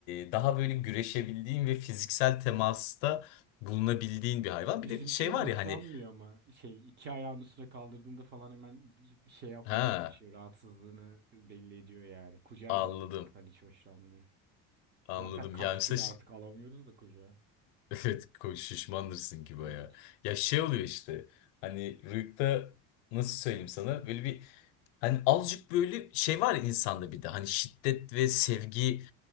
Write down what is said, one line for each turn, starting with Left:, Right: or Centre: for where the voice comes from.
Left: e, daha böyle güreşebildiğin ve fiziksel temasta bulunabildiğin bir hayvan. Bir
Right: Bizimki
Left: de şey
Right: hoşlanmıyor
Left: var ya hani
Right: ama şey iki ayağın üstüne kaldırdığında falan hemen bir bir şey yapmaya
Left: ha
Right: başlıyor. Rahatsızlığını belli ediyor yani. Kucağa
Left: anladım
Right: da almaktan hiç hoşlanmıyor.
Left: anladım
Right: Zaten kaç
Left: yani mesela
Right: kilo
Left: ş-
Right: artık alamıyoruz da kucağa.
Left: <laughs> evet ko- şişmandırsın ki
Right: Evet.
Left: baya. Ya şey oluyor işte hani rüyukta nasıl söyleyeyim sana böyle bir Hani azıcık böyle şey var ya insanda bir de hani şiddet ve sevgi